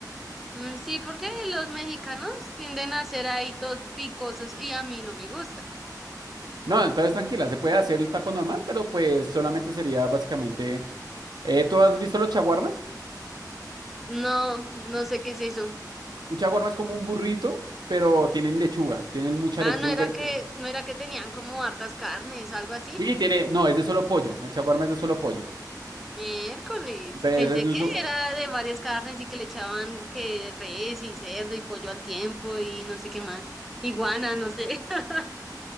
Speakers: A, in the centre; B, on the right.
A: Mm, sí, porque los mexicanos tienden a ser ahí todos picosos y a mí no me gusta.
B: No, entonces tranquila, se puede hacer el taco normal, pero pues solamente sería básicamente... Eh, ¿tú has visto los chaguarmas?
A: No, no sé qué es eso.
B: Un chaguarma es como un burrito, pero tienen lechuga, tienen mucha
A: Ah,
B: lechuga
A: no era
B: y tienen-
A: que, no era que tenían como hartas carnes, algo así.
B: Sí, tiene, no, es de solo pollo, el chaguarma es de solo pollo.
A: Miércoles,
B: Entonces,
A: pensé
B: es de
A: que
B: un su-
A: era de varias carnes y que le echaban que res y cerdo y pollo al tiempo y no sé qué más. Iguana, no sé. <laughs>